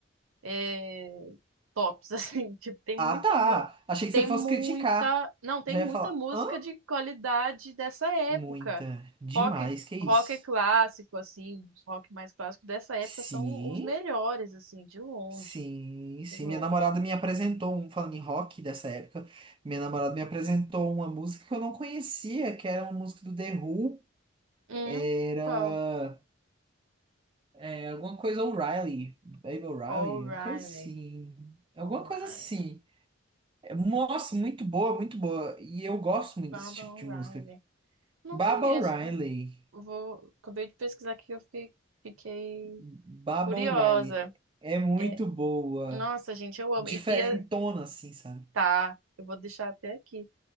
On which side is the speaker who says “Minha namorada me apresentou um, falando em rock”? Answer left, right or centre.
Right